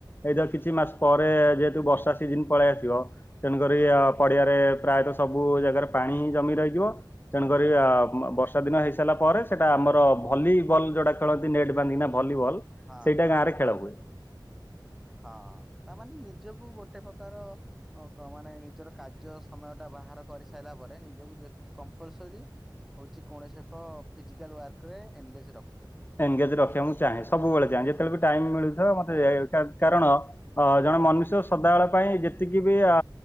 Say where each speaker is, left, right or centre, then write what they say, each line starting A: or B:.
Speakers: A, on the left; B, in the centre.
A: ଏଇ ତ କିଛି ମାସ ପରେ ଯେହେତୁ ବର୍ଷା ସିଜିନ୍ ପଳେଇ ଆସିବ। ତେଣୁକରି
B: ହଁ
A: ପଡିଆରେ ପ୍ରାୟତଃ ସବୁ ଜାଗାରେ ପାଣି ହିଁ ଜମି ରହିଯିବ। ତେଣୁକରି
B: ହଁ
A: ଅ ବର୍ଷ୍ ବର୍ଷାଦିନ ହେଇସାରିଲା ପରେ ସେଇଟା ଆମର ଭଲିବଲ୍ ଯୋଉଟା ଖେଳନ୍ତି ନେଟ୍ ବାନ୍ଧି କି ଭଲିବଲ୍।
B: ହଁ
A: ସେଇଟା
B: ହଁ
A: ଗାଁ ରେ ଖେଳ ହୁଏ।
B: ହଁ ତା ମାନେ ନିଜକୁ ଗୋଟେ ପ୍ରକାର ଓହୋ ମାନେ ନିଜର କାର୍ଯ୍ୟ ସମୟ ଟା ବାହାର କରିସାରିଲା ପରେ ନିଜକୁ ଯେ କମ୍ପଲ୍ ସରି ହଉଚି କୌଣସି ଏକ ଫିଜିକାଲ୍ ୱାର୍କରେ ଏନଗେଜ୍ ରଖୁ।
A: ଏନଗେଜ୍ ରଖିଆକୁ ଚାହେଁ ସବୁବେଳେ ଚାହେଁ
B: ହଁ।
A: ଯେତେବେଳେ ବି ଟାଇମ୍ ମିଳୁଥିବ ମତେ <inaudible> କାରଣ ଅ ଜଣେ ମନୁଷ୍ୟ ସଦାବେଳେ ପାଇଁ ଯେତିକି ବି ଆ